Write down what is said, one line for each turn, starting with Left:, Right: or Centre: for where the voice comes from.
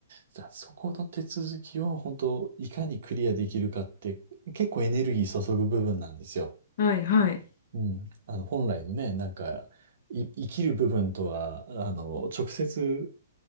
Right: じゃあそこの手続きを本当いかにクリアできるかって結構エネルギー注ぐ部分なんですよ。
Left: はいはい。
Right: うん。あの、本来のね、なんか、い、生きる部分とは、あの、直接、